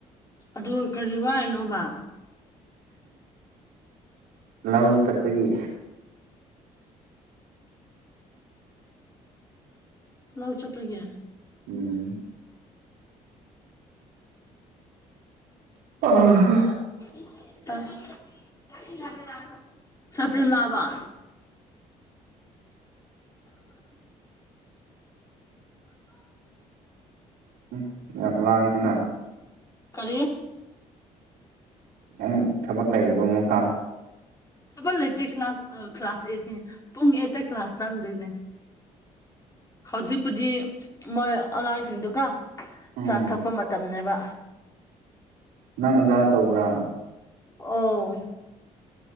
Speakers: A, on the left; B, on the right.
A: ꯑꯗꯨ ꯀꯔꯤ ꯋꯥꯢꯅꯣꯕ꯫
B: ꯂꯧ ꯆꯠꯄꯒꯤ꯫
A: ꯂꯧ ꯆꯄꯒꯤ꯫
B: ꯎꯝ꯫ ꯑꯣꯍꯣ꯫
A: <unintelligible> ꯁꯇꯤꯜ ꯂꯥꯛꯑꯕ꯫
B: ꯎꯝ ꯌꯥꯝ ꯂꯥꯡꯉꯦꯅ꯫
A: ꯀꯔꯤ꯫
B: ꯅꯪ ꯊꯕꯛ ꯂꯩꯌꯦꯕ ꯑꯃꯨꯛꯀ꯫
A: ꯊꯕꯛ ꯂꯩꯇꯦ ꯀ꯭ꯂꯥꯁ ꯑ ꯀ꯭ꯂꯥꯁ ꯑꯦꯠꯁꯦ ꯄꯨꯡ ꯑꯦꯠꯇ ꯀ꯭ꯂꯥꯁ ꯆꯪꯗꯣꯏꯅꯦ꯫ ꯍꯧꯖꯤꯛꯄꯨꯗꯤ ꯃꯣꯏ ꯑꯉꯥꯡꯁꯤꯡꯗꯨ ꯀꯣ
B: ꯎꯝ
A: ꯆꯥ ꯊꯛꯄ ꯃꯇꯝꯅꯦꯕ꯫
B: ꯅꯪ ꯑꯣꯖꯥ ꯇꯧꯕ꯭ꯔꯥ꯫
A: ꯑꯣ꯫